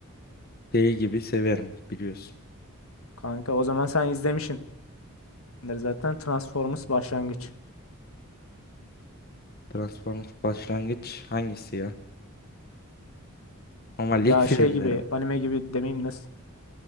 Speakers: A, on the left; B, on the left.
A: Deli gibi severim biliyorsun.
B: Kanka o zaman sen izlemişsindir zaten Transformers başlangıç.
A: Transformers başlangıç hangisi ya? Ama lig
B: Ya
A: filmleri.
B: şey gibi
A: mi?
B: anime gibi demeyeyim nasıl?